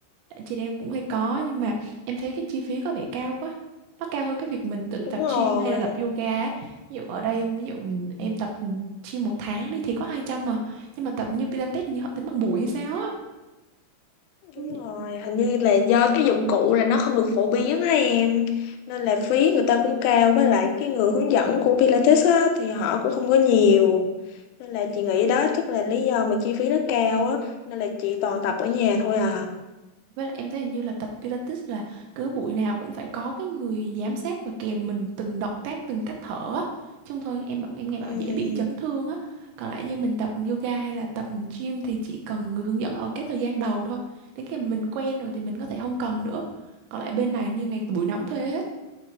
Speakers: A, on the right; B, on the left.
A: chị em cũng hay có nhưng mà em thấy cái chi phí có vẻ cao quá. Nó cao hơn cái việc mình tự tập
B: đúng rồi
A: gym hay là tập yoga á. Ví dụ ở đây em- ví dụ ừ, em tập ừ, gym một tháng đi thì có 200 mà, nhưng mà tập như Pilates như họ tính bằng buổi hay sao á. Ừ.
B: Đúng rồi, hình như là do cái dụng cụ là nó không được phổ biến á em Nên là phí người ta cũng cao Với lại cái người hướng dẫn của Pilates á, thì họ cũng không có nhiều Nên là chị nghĩ đó chắc là lý do mà chi phí nó cao á Nên là chị toàn tập ở nhà thôi à
A: Với lại em thấy hình như là tập Pilates là cứ buổi nào cũng phải có cái người giám sát và kèm mình từng động tác, từng cách thở á. Chứ không thôi em em nghe
B: Ừm,
A: bảo dễ bị chấn thương á. Còn lại như mình tập yoga hay là tập gym thì chỉ cần người hướng dẫn ở cái thời gian đầu thôi. Đến khi mà mình quen rồi thì mình có thể không cần nữa. Còn lại bên này hình như ngày buổi nào cũng thuê hết.